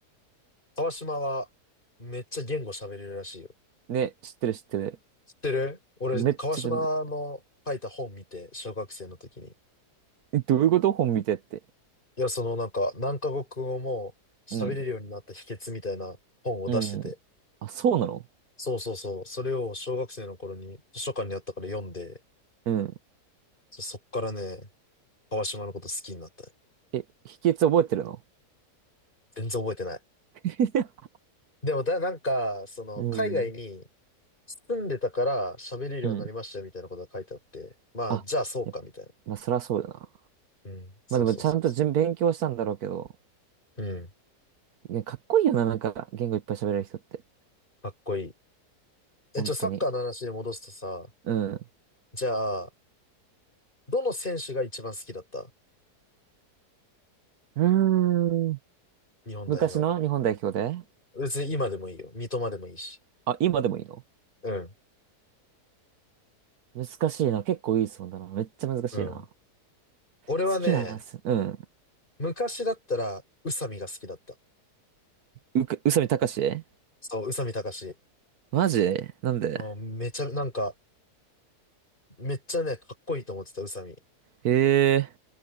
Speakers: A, on the left; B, on the right.
A: 川島は、めっちゃ言語喋れるらしいよ。
B: ね、知ってる知ってる。
A: 知ってる俺、
B: めっちゃ知ってる、
A: 川島の書いた本見て、小学生の時に。
B: えどういうこと本見てって。
A: いや、そのなんか、何カ国語も喋れるようになった秘訣みたいな本を出してて。
B: うん。うん。あ、そうなの
A: そうそうそう。それを小学生の頃に図書館にあったから読んで、
B: うん。
A: そそっからね、川島のこと好きになったね。
B: え、秘訣覚えてるの
A: 全然覚えてない。
B: <laughs>
A: でもだ、なんか、その、
B: うん。
A: 海外に住んでたから喋れるようになりましたよみたいなことが書いてあって、
B: うん。
A: まあ、
B: あ、
A: じゃあそうかみたいな。
B: やまあ、そりゃそうだな。
A: うん。そうそうそうそ
B: まあでも、ちゃんとじん勉強したんだろうけど。
A: う。うん。
B: いや、かっこいいよな、なんか、言語いっぱい喋れる人って。
A: かっこいい。え、
B: 本当に。
A: ちょ、サッカーの話に戻すとさ、
B: うん。う
A: じゃあ、どの選手が一番好きだった
B: ーん。
A: 日本代表。
B: 昔の日本代表で
A: 別に今でもいいよ。三笘でもいいし。
B: あ、今でもいいの
A: うん。
B: 難しいな。結構いい質問だな。めっちゃ難しいな。
A: うん。俺はね、
B: 好きなす、うん。
A: 昔だったら、宇佐美が好きだった。
B: うく、宇佐美貴
A: そう、宇佐美貴史。
B: マジなんで
A: あめちゃ、なんか、めっちゃね、かっこいいと思ってた、宇佐美。
B: へえ、